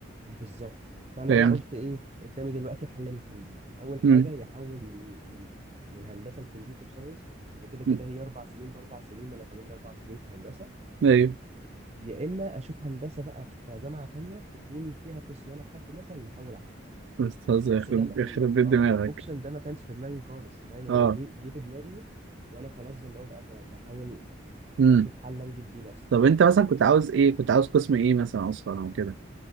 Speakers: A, on the right; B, on the right.
A: بالظبط فانا
B: فاهم
A: بقى قلت ايه قدامي دلوقتي حل من حلين اول حاجه
B: امم
A: يحول من من من هندسه لكمبيوتر ساينس وكده كده
B: أمم.
A: هي اربع سنين باربع سنين ما انا فاضل لي اربع سنين في هندسه
B: ايوه
A: يا اما اشوف هندسه بقى في جامعه تانية تكون فيها قسم انا حابه مثلا نحول عليه
B: استاذ
A: بس
B: يخرب
A: ده م- ال-
B: يخرب
A: اه
B: بيت دماغك
A: الاوبشن ده ما كانش في دماغي خالص فاهم هو
B: اه
A: جه جه في دماغي وانا خلاص اللي هو بقى ب- بحاول
B: امم
A: اشوف حل انجد بيه نفسي
B: طب انت مثلا كنت عاوز ايه كنت عاوز قسم ايه مثلا اصلا او كده